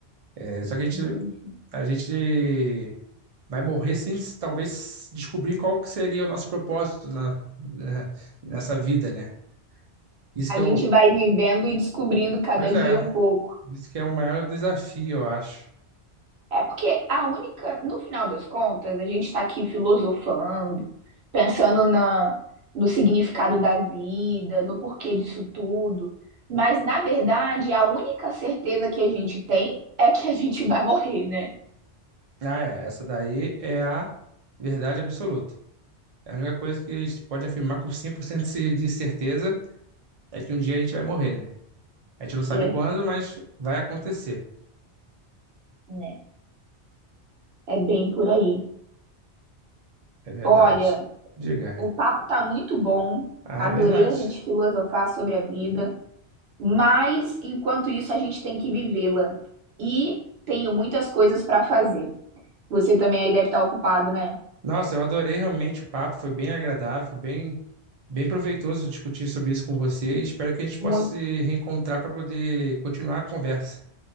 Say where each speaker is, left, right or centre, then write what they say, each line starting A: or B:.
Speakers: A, on the right (about 45°); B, on the right (about 65°).
A: É, Só que a gente,
B: entendi.
A: a gente vai morrer sem s- talvez descobrir qual que seria o nosso propósito na, na- nessa vida, né? Isso
B: A
A: que é
B: gente
A: o,
B: vai vivendo e descobrindo cada
A: pois
B: dia
A: é,
B: um pouco.
A: isso que é o maior desafio, eu acho.
B: É porque a única, no final das contas, a gente está aqui filosofando, pensando na, no significado da vida, no porquê disso tudo. Mas, na verdade, a única certeza que a gente tem é que a gente vai morrer, né?
A: Ah, é, essa daí é a verdade absoluta. É a única coisa que a gente pode afirmar com 100% de ce- de certeza é que um dia a gente vai morrer, né? A gente não sabe
B: É,
A: quando, mas vai acontecer.
B: né? É bem por aí.
A: É verdade.
B: Olha,
A: Diga.
B: O papo tá muito bom.
A: Ah,
B: Adorei
A: é verdade.
B: a gente filosofar sobre a vida, mas enquanto isso a gente tem que vivê-la. E tenho muitas coisas para fazer. Você também aí deve estar ocupado, né?
A: Nossa, eu adorei realmente o papo, foi bem agradável, bem, bem proveitoso discutir sobre isso com você. Espero que a gente
B: Muito,
A: possa se reencontrar para poder continuar a conversa.